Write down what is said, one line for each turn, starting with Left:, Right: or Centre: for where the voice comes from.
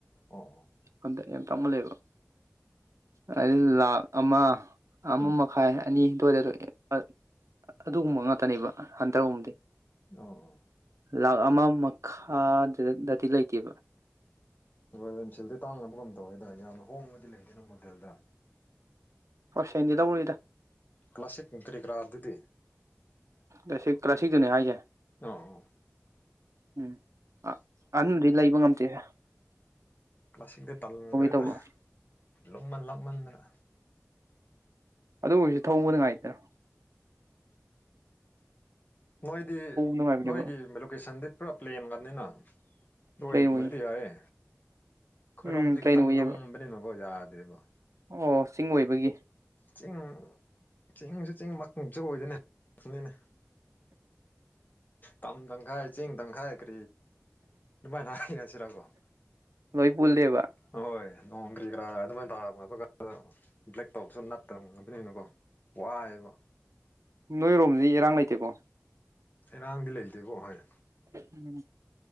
Left: ꯑꯣ ꯑꯣ
Right: ꯍꯟꯗ ꯌꯥꯝ ꯇꯥꯡꯃꯜꯂꯦꯕ ꯍꯥꯏ ꯂꯥꯈ ꯑꯃ ꯑꯃ
Left: ꯎꯝ
Right: ꯃꯈꯥꯏ ꯑꯅꯤ ꯇꯣꯏꯗ ꯂꯩꯌꯦ ꯑ ꯑꯗꯨꯒꯨꯝꯕ ꯉꯥꯛꯇꯅꯦꯕ ꯍꯟꯗꯒꯨꯝꯕꯗꯤ
Left: ꯑꯣ
Right: ꯂꯥꯛ ꯑꯃ ꯃꯈꯥꯗ ꯗꯗꯤ ꯂꯩꯇꯦꯕ
Left: ꯔꯣꯑꯜꯁꯤꯜꯗꯤ ꯇꯥꯡꯅꯕ ꯉꯝꯗꯧꯦꯗ ꯌꯥꯝꯅ ꯍꯣꯡꯕꯗꯤ ꯂꯩꯇꯦꯗ ꯃꯣꯗꯦꯜꯗ
Right: ꯍꯣꯁꯦꯟꯗꯤ ꯂꯧꯔꯣꯏꯗ
Left: ꯀ꯭ꯂꯥꯁꯤꯛ ꯏꯟꯀꯔꯤ ꯒꯔꯥꯗꯨꯗꯤ
Right: ꯀ꯭ꯂꯁꯤꯛ ꯀ꯭ꯂꯥꯁꯤꯛꯇꯨꯅꯦ ꯍꯥꯏꯁꯦ
Left: ꯑꯥ ꯑꯥ
Right: ꯎꯝ ꯑꯍꯟꯗꯤ ꯂꯩꯕ ꯉꯝꯗꯦꯍꯦ
Left: ꯀ꯭ꯂꯥꯁꯇꯤꯛꯇ ꯇꯜꯈ꯭ꯔꯦꯗ
Right: ꯇꯧꯕ
Left: ꯂꯨꯝꯃꯟ ꯂꯥꯛꯃꯟꯗꯅ
Right: ꯑꯗꯨ ꯑꯣꯏꯔꯁꯨ ꯊꯣꯡꯕ ꯅꯨꯉꯥꯏꯗꯅ
Left: ꯅꯣꯏꯗꯤ
Right: ꯅꯨꯡꯉꯥꯏꯕꯅꯦꯕ
Left: ꯅꯣꯏꯒꯤ ꯂꯣꯀꯦꯁꯟꯗꯤ ꯄꯨꯔꯥ ꯄ꯭ꯂꯦꯟꯒꯅꯤꯅ ꯅꯣꯏ
Right: ꯄ꯭ꯂꯦꯟ
Left: ꯒꯨꯝꯕꯗꯤ
Right: ꯑꯣꯏ
Left: ꯌꯥꯏꯌꯦ ꯈꯣꯏꯔꯣꯝꯃꯗꯤ
Right: ꯎꯝ ꯄ꯭ꯂꯦꯟ
Left: ꯈꯤꯇꯪ
Right: ꯑꯣꯏꯌꯦꯕ
Left: ꯉꯝꯕꯅꯤꯅꯀꯣ ꯌꯥꯗꯦꯕ
Right: ꯑꯣ ꯆꯤꯡ ꯑꯣꯏꯕꯒꯤ
Left: ꯆꯤꯡ ꯆꯤꯡꯁꯨ ꯆꯤꯡ ꯃꯁꯨ ꯑꯣꯏꯗꯣꯏꯅꯦꯅꯤꯅꯦ ꯇꯝ ꯇꯪꯈꯥꯏ ꯆꯤꯡ ꯇꯪꯈꯥꯏ ꯑ ꯑꯗꯨꯅꯨꯡꯃꯥꯏꯅꯅꯁꯤꯔꯀꯣ
Right: ꯂꯣꯏ ꯄꯨꯜꯂꯦꯕ
Left: ꯑꯣꯏ ꯅꯣꯡꯒ꯭ꯔꯤ ꯀꯔꯥ ꯑꯗꯨꯃꯥꯏꯅ ꯇꯥꯔꯝ ꯑꯗꯨꯒ ꯕ꯭ꯂꯦꯛ ꯇꯧꯕꯁꯨ ꯅꯠꯇꯕ ꯑꯗꯨꯅꯅꯤꯀꯣ ꯋꯥꯏꯑꯕ
Right: ꯅꯣꯏꯔꯣꯝꯁ ꯏꯔꯥꯡ ꯂꯩꯇꯦꯀꯣ
Left: ꯏꯔꯥꯡꯗꯤ ꯂꯩꯇꯦꯀꯣ ꯍꯣꯏ
Right: ꯎꯝ